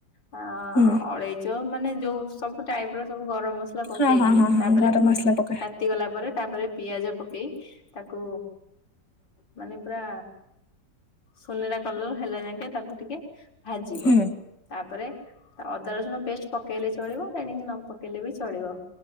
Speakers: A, on the left; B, on the left.
A: ଆ
B: ହୁଁ
A: ଅଳେଇଚ ମାନେ ଯୋଉ ସବୁ ଟାଇପିର ସବୁ ଗରମ ମସଲା। ମସଲା ପକେଇକି
B: ହଁ ହଁ ହଁ
A: ତାପରେ
B: ହଁ ଗରମ ମସଲା ପକା
A: ତାତି ଗଲା ପରେ ତାପରେ ପିଆଜ ପକେଇ। ତାକୁ ମାନେ ପୁରା ସୁନେରା କଲର ହେଲା‌ ଯାକେ ତାକୁ ଟିକେ ଭାଜିବ।
B: ହୁଁ
A: ତାପରେ ଅଦା ରସୁଣ ପେଷ୍ଟେ ପକେଇଲେ ଚଳିବ ସେଣିକି ନ ପକେଇଲେ ବି ଚଳିବ।